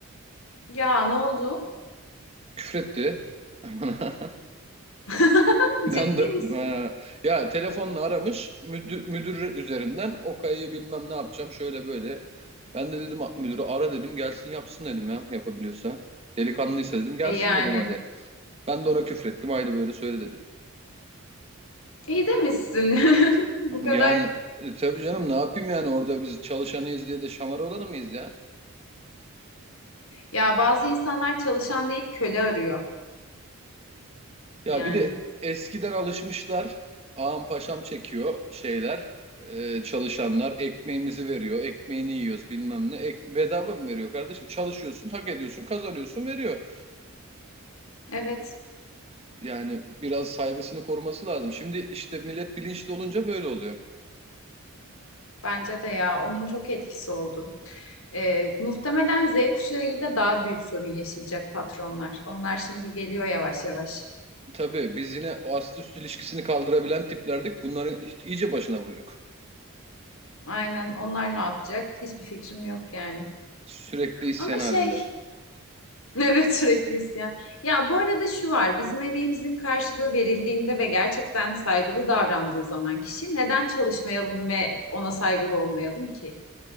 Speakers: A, on the left; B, on the right.
A: ya ne oldu?
B: Küfretti. <laughs>
A: <laughs>
B: Ben
A: Ciddi
B: de
A: misin?
B: eee, ya telefonla aramış müdür, müdür üzerinden Okay bilmem ne yapacağım şöyle böyle. Ben de dedim müdürü ara dedim gelsin yapsın dedim ya yapabiliyorsa. Delikanlıysa dedim gelsin
A: E yani
B: dedim hadi. Ben de ona küfrettim aynı böyle söyle dedim.
A: iyi demişsin. <laughs> Bu kadar
B: Yani e, tabii canım ne yapayım yani orada biz çalışanıyız diye de şamar olanı mıyız ya?
A: Ya bazı insanlar çalışan değil köle arıyor
B: Ya
A: yani.
B: bir de eskiden alışmışlar. Ağam paşam çekiyor şeyler. e, çalışanlar ekmeğimizi veriyor. Ekmeğini yiyoruz bilmem ne. Ek, bedava mı veriyor kardeşim? Çalışıyorsun, hak ediyorsun, kazanıyorsun, veriyor.
A: Evet
B: Yani biraz saygısını koruması lazım. Şimdi işte millet bilinçli olunca böyle oluyor.
A: bence de ya onun çok etkisi oldu. Ee, muhtemelen Z kuşağıyla daha büyük sorun yaşayacak patronlar. Onlar şimdi geliyor yavaş yavaş.
B: Tabii biz yine o ast üst ilişkisini kaldırabilen tiplerdik. Bunların hiç- iyice başına buyruk.
A: Aynen onlar ne yapacak? Hiçbir fikrim yok yani.
B: Sürekli isyan
A: Ama
B: halinde.
A: şey <laughs> evet sürekli isyan. Ya bu arada şu var bizim emeğimizin karşılığı verildiğinde ve gerçekten saygılı davrandığı zaman kişi neden çalışmayalım ve ona saygılı olmayalım ki?